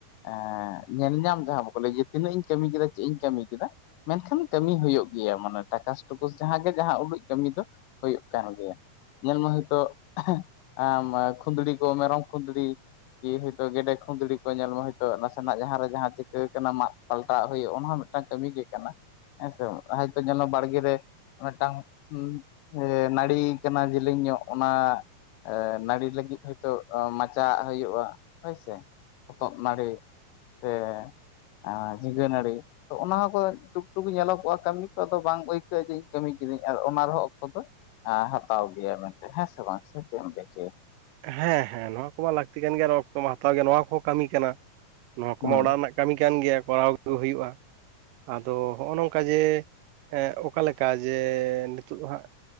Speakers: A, on the left (about 80°); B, on the right (about 85°).
A: ᱮᱸᱻ, ᱧᱮᱞ ᱧᱟᱢ ᱡᱟᱦᱟᱸ, ᱵᱟᱠᱚ ᱞᱟᱹᱭ, ᱡᱮ ᱛᱤᱱᱟᱹᱜ ᱤᱧ ᱠᱟᱹᱢᱤ ᱠᱮᱫᱟ, ᱪᱮᱫ ᱤᱧ ᱠᱟᱹᱢᱤ ᱠᱮᱫᱟ ᱾ ᱢᱮᱱᱠᱷᱟᱱ, ᱠᱟᱹᱢᱤ ᱦᱩᱭᱩᱜ ᱜᱮᱭᱟ ᱾ ᱢᱟᱱᱮ, ᱴᱟᱠᱟᱥ ᱴᱩᱠᱩᱥ, ᱡᱟᱸᱦᱟᱸ ᱜᱮ, ᱡᱟᱸᱦᱟᱸ ᱩᱰᱩᱡ, ᱠᱟᱹᱢᱤ ᱫᱚ, ᱦᱳᱭᱳᱜ ᱠᱟᱱ ᱜᱮᱭᱟ ᱾ ᱧᱮᱞᱢᱮ ᱦᱳᱭ ᱛᱚ, ᱠᱷᱮᱼᱦᱮᱸᱜ ᱠᱷᱩᱸᱫᱽᱲᱤ ᱠᱚ, ᱢᱮᱨᱚᱢ ᱠᱷᱩᱸᱫᱽᱲᱤ ᱠᱤ ᱦᱳᱭ ᱛᱚ, ᱜᱮᱰᱮ ᱠᱷᱩᱸᱫᱽᱲᱤ ᱠᱚ, ᱧᱮᱞ ᱢᱮ ᱦᱳᱭ ᱛᱚ, ᱱᱟᱥᱮᱱᱟᱜ ᱡᱟᱸᱦᱟᱸ ᱨᱮ, ᱡᱟᱸᱦᱟᱸ ᱪᱤᱠᱟᱹᱣ ᱠᱟᱱᱟ ᱾ ᱢᱟᱸᱜ ᱯᱟᱞᱴᱟᱣ ᱦᱩᱭᱩᱜ, ᱚᱱᱟ ᱦᱚᱸ ᱢᱤᱫᱴᱟᱱ ᱠᱟᱹᱢᱤ ᱜᱮ ᱠᱟᱱᱟ ᱾ ᱦᱮᱸᱥᱮ ᱵᱟᱝ? ᱦᱚᱭ ᱛᱳ, ᱧᱮᱞ ᱢᱮ ᱵᱟᱲᱜᱮ ᱨᱮ, ᱢᱤᱫᱴᱟᱝ ᱦᱩᱸ, ᱮᱻ ᱱᱟᱹᱲᱤᱭ ᱠᱟᱱᱟ ᱡᱮᱞᱤᱧ ᱧᱚᱜ, ᱚᱱᱟ ᱮᱻ ᱱᱟᱲᱤ ᱞᱟᱹᱜᱤᱫ ᱦᱳᱭ ᱛᱚ, ᱢᱟᱪᱟᱜ ᱦᱩᱭᱩᱜᱼᱟ, ᱦᱳᱭ ᱥᱮ ᱾ ᱦᱚᱛᱚᱫ ᱱᱟᱹᱲᱤ, ᱥᱮ, ᱮᱸᱼ ᱡᱷᱤᱸᱜᱟᱹ ᱱᱟᱹᱲᱤ ᱾ ᱛᱚ, ᱚᱱᱟ ᱦᱚᱸᱠᱚ, ᱴᱩᱠᱴᱩᱠ ᱧᱮᱞᱚᱜᱚᱜᱼᱟ, ᱠᱟᱹᱢᱤ ᱠᱚ, ᱟᱫᱚ ᱵᱟᱝ ᱟᱹᱭᱠᱟᱹᱜᱼᱟ, ᱡᱮ ᱤᱧ ᱠᱟᱹᱢᱤ ᱠᱤᱫᱟᱹᱧ ᱾᱾ ᱟᱨ, ᱚᱱᱟ ᱨᱮᱦᱚᱸ ᱚᱠᱛᱚ ᱫᱚ ᱦᱟᱛᱟᱣ ᱜᱮᱭᱟ, ᱢᱮᱱᱛᱮ ᱦᱮᱸ ᱥᱮ ᱵᱟᱝ?. ᱥᱮ ᱪᱮᱫ ᱮᱢ ᱞᱟᱹᱭ ᱚᱪᱚᱭᱟ?
B: ᱦᱮᱸ ᱦᱮᱸ, ᱱᱚᱶᱟ ᱠᱚᱢᱟ ᱞᱟᱠᱛᱤ ᱠᱟᱱ ᱜᱮᱭᱟ, ᱚᱠᱛᱚ ᱢᱟ ᱦᱟᱛᱟᱣ ᱜᱮᱭᱟ, ᱱᱚᱣᱟ ᱠᱚᱦᱚᱸ ᱠᱟᱹᱢᱤ ᱠᱟᱱᱟ, ᱱᱚᱣᱟ ᱠᱚᱢᱟ
A: ᱦᱮᱸ
B: ᱚᱱᱟ ᱨᱮᱱᱟᱜ ᱾ ᱠᱟᱹᱢᱤ ᱠᱟᱱ ᱜᱮᱭᱟ, ᱠᱚᱨᱟᱣ ᱜᱮ ᱦᱩᱭᱩᱜᱼᱟ, ᱟᱫᱚ ᱦᱚᱸᱜᱼᱚᱸ ᱱᱚᱝᱠᱟ ᱡᱮ, ᱚᱠᱟ ᱞᱮᱠᱟ ᱠᱟ, ᱡᱮ ᱱᱤᱛᱳᱜ ᱫᱚ ᱦᱟᱸᱜ